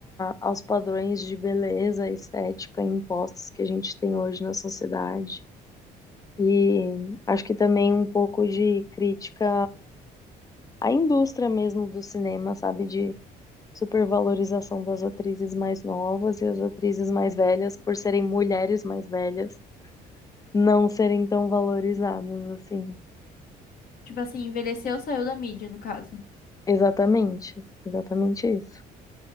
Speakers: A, on the left; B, on the left.
A: aos padrões de beleza estética impostos que a gente tem hoje na sociedade. E acho que também um pouco de crítica à indústria mesmo do cinema, sabe? De supervalorização das atrizes mais novas e as atrizes mais velhas, por serem mulheres mais velhas, não serem tão valorizadas assim.
B: Tipo assim, envelheceu, saiu da mídia, no caso.
A: Exatamente, exatamente isso.